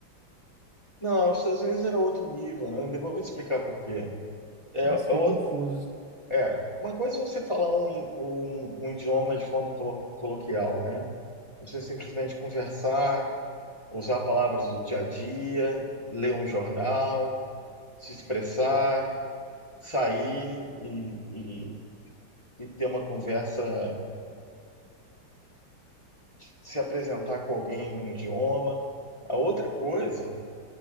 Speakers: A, on the left; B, on the right.
A: Não, os Estados Unidos era outro nível, né? Depois eu vou te explicar por quê. É, é,
B: Nossa, fiquei
A: o-
B: confuso.
A: é, uma coisa é você falar um, in- um, um idioma de forma colo- coloquial, né? Você simplesmente conversar, usar palavras do dia a dia, ler um jornal, se expressar, sair e, e, e ter uma conversa, se apresentar com alguém num idioma. A outra coisa